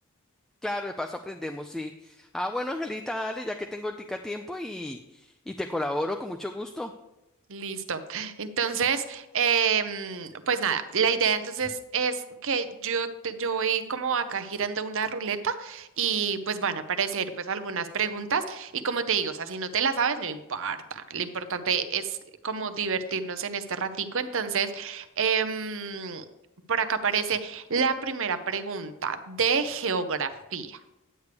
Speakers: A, in the centre; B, on the right.
A: Claro, de paso aprendemos, sí. Ah, bueno, Angelita, dale, ya que tengo tica tiempo y, y te colaboro con mucho gusto.
B: Listo. Entonces, em, pues nada, la idea entonces es que yo, te- yo voy como acá girando una ruleta y pues van a aparecer pues algunas preguntas y como te digo, o sea, si no te las sabes, no importa. Lo importante es como divertirnos en este ratico. Entonces, em, por acá aparece la primera pregunta de geografía.